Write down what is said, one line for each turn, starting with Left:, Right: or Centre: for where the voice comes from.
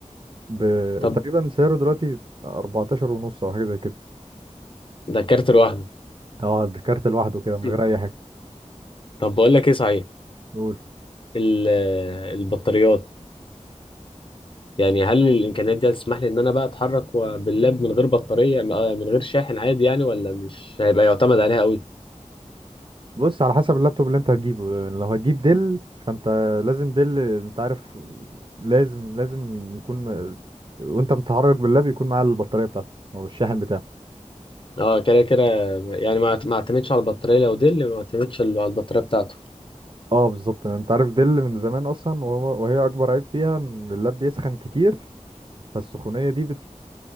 Right: ب...
Left: طب
Right: تقريبا سعره دلوقتي 14 ونص او حاجه زي كده
Left: ده كارت لوحده
Right: اه ده كارت لوحده كده
Left: <laughs>
Right: من غير اي حاجه
Left: طب بقول لك ايه صحيح
Right: قول
Left: ال- البطاريات يعني هل الامكانيات دي هتسمح لي ان انا بقى اتحرك و- باللاب من غير بطارية م- آه، من غير شاحن عادي يعني ولا مش هيبقى يعتمد عليها قوي
Right: بص على حسب اللابتوب اللي انت هتجيبه لو هتجيب ديل فانت لازم ديل انت عارف لازم لازم يكون وانت متحرك باللاب يكون معاه البطاريه بتاعته او الشاحن بتاعه
Left: اه كده كده يعني ما ما اعتمدش على البطارية لو دي اللي ما اعتمدش على البطارية بتاعته
Right: اه بالظبط يعني انت عارف ديل من زمان اصلا وهو وهي اكبر عيب فيها ان اللاب بيسخن كتير فالسخونيه دي بت...